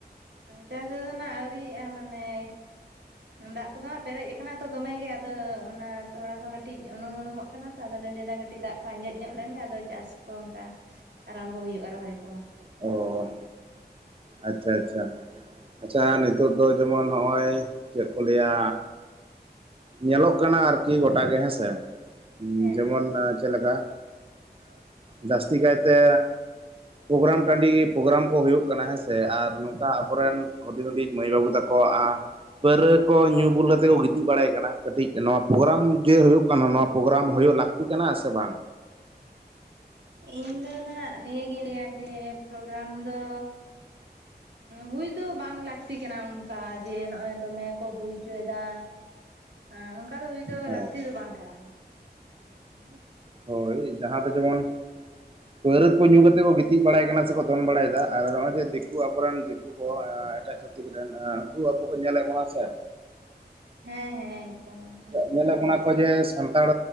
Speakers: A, on the right; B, on the right.
A: ᱪᱟᱥ ᱫᱚ ᱱᱟᱜ ᱟᱹᱣᱨᱤᱭᱼᱟ ᱢᱟᱱᱮ ᱫᱟᱜ ᱠᱚᱫᱚ ᱦᱟᱸᱜ ᱯᱮᱨᱮᱡ ᱟᱠᱟᱱᱟ ᱛᱚ ᱫᱚᱢᱮ ᱜᱮ ᱟᱫᱚ ᱚᱱᱟ ᱛᱚᱲᱟ ᱠᱚ ᱠᱟᱹᱴᱤᱡ ᱩᱱᱩᱢ ᱩᱱᱩᱢᱚᱜ ᱱᱟ ᱛᱚ ᱛᱟᱦᱞᱮ ᱞᱟᱹᱭᱫᱟ ᱠᱟᱹᱴᱤᱡ ᱫᱟᱜ ᱠᱚ ᱟᱸᱡᱮᱫ ᱧᱚᱜ ᱞᱮᱱᱜᱮ ᱟᱫᱚ ᱪᱟᱥ ᱠᱚ ᱚᱱᱠᱟ ᱟᱨᱟᱢᱵᱚ ᱦᱩᱭᱩᱜ-ᱟ ᱨᱚᱦᱚᱭ ᱠᱚ
B: ᱚ ᱟᱪᱪᱷᱟ ᱟᱪᱪᱷᱟ ᱟᱪᱪᱷᱟ ᱱᱤᱛᱚᱜ ᱫᱚ ᱡᱮᱢᱚᱱ ᱱᱚ-ᱜ ᱚᱭ ᱪᱮᱫ ᱠᱚ ᱞᱟᱹᱭᱟ ᱧᱮᱞᱚᱜ ᱠᱟᱱᱟ ᱟᱨ ᱠᱤ ᱜᱳᱴᱟ ᱜᱮ ᱦᱮᱸ ᱥᱮ
A: ᱦᱮᱸ
B: ᱡᱮᱢᱚᱱ ᱪᱮᱫ ᱞᱮᱠᱟ ᱡᱟᱥᱛᱤ ᱠᱟᱭ ᱛᱮ ᱯᱳᱜᱨᱟᱢ ᱴᱟᱺᱰᱤ ᱯᱳᱜᱨᱟᱢ ᱠᱚ ᱦᱩᱭᱩᱜ ᱠᱟᱱᱟ ᱦᱮᱸ ᱥᱮ ᱟᱨ ᱱᱚᱝᱠᱟ ᱟᱵᱚ ᱨᱮᱱ ᱦᱩᱰᱤᱧ ᱦᱩᱰᱤᱧ ᱢᱟᱹᱭ ᱵᱟᱵᱩ ᱛᱟᱠᱚ ᱟ ᱯ <inaudible> ᱠᱚ ᱧᱩ ᱵᱩᱞ ᱠᱟᱛᱮ ᱠᱚ ᱜᱤᱛᱤᱡ ᱵᱟᱲᱟᱭ ᱠᱟᱱᱟ ᱠᱟᱴᱤᱡ ᱱᱚᱣᱟ ᱯᱳᱜᱨᱟᱢ ᱡᱮ ᱦᱩᱭᱩᱜ ᱠᱟᱱᱟ ᱱᱚᱣᱟ ᱯᱳᱜᱨᱟᱢ ᱦᱩᱭᱩᱜ ᱞᱟᱠ ᱞᱟᱹᱠᱛᱤ ᱠᱟᱱᱟ ᱥᱮ ᱵᱟᱝ
A: ᱤᱧ ᱫᱚ ᱱᱟᱦᱟᱜ ᱱᱤᱭᱟᱹ ᱜᱤᱧ ᱞᱟᱹᱭᱟ ᱡᱮ ᱯᱨᱳᱜᱨᱟᱢ ᱫᱚ ᱦᱩᱭ ᱫᱚ ᱵᱟᱝ ᱞᱟᱠᱛᱤ ᱠᱟᱱᱟ ᱚᱱᱠᱟ ᱡᱮ ᱱᱚᱜᱚᱭ ᱫᱚᱢᱮ ᱠᱚ ᱦᱩᱭ ᱪᱳᱭ ᱫᱟ ᱦᱮᱸ ᱚᱱᱠᱟ ᱫᱚ ᱦᱩᱭ ᱫᱚ
B: ᱦᱮᱸ
A: ᱞᱟᱹᱠᱛᱤ ᱫᱚ ᱵᱟᱝ ᱠᱟᱱᱟ ᱦᱩᱭᱩᱜ ᱛᱮ <inaudible>
B: ᱦᱳᱭ ᱡᱟᱦᱟᱸ ᱫᱚ ᱡᱮᱢᱚᱱ ᱯᱟᱹᱣᱨᱟᱹ ᱠᱚ ᱧᱩ ᱠᱟᱛᱮ ᱠᱚ ᱜᱤᱛᱤᱡ ᱵᱟᱲᱟᱭ ᱠᱟᱱᱟ ᱥᱮ ᱠᱚ ᱫᱚᱱ ᱵᱟᱲᱟᱭ ᱮᱫᱟ ᱟᱨ ᱦᱚᱜᱼᱚᱭ ᱡᱮ ᱫᱤᱠᱩ ᱟᱵᱚ ᱨᱮᱱ ᱫᱤᱠᱩ ᱩᱱᱠᱩ ᱠᱚ ᱮᱴᱟᱜ ᱪᱷᱟᱛᱤᱠ ᱨᱮᱱ ᱩᱱᱠᱩ ᱟᱵᱚ ᱠᱚ ᱧᱮᱞ ᱮᱫ ᱵᱚᱱᱟ ᱥᱮ
A: ᱦᱮᱸ ᱦᱮᱸ ᱮᱠᱫᱚᱢ ᱮᱠᱫᱚᱢ
B: ᱧᱮᱞ ᱮᱫ ᱵᱚᱱᱟ ᱠᱚ ᱡᱮ ᱥᱟᱱᱛᱟᱲ